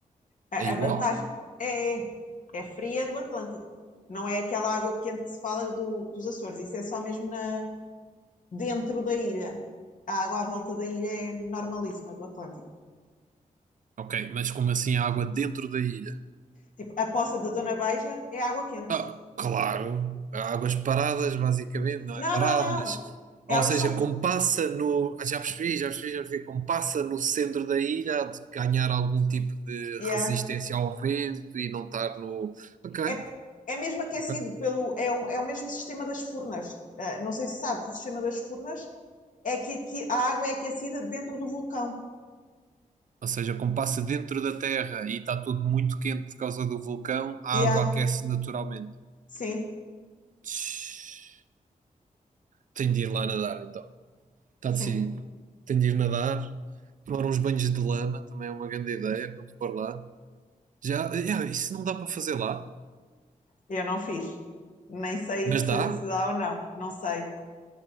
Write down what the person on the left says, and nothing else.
A,
a vantagem é, é, é fria do Atlântico. Não é aquela água quente que se fala do- dos Açores. Isso é só mesmo na, dentro da ilha. A água à volta da ilha é normalíssima do Atlântico.
Tipo, a poça da Dona Beija é água quente.
Não,
não, não.
Elas
são
Yeah.
É, por- é mesmo aquecido
pelo, é o, é o mesmo sistema das furnas. Ah, não sei se sabes, o sistema das furnas é que aqui a água é aquecida dentro do vulcão.
Yeah.
Sim,
sim.
Eu não fiz. Nem sei
se,
se dá ou não. Não sei.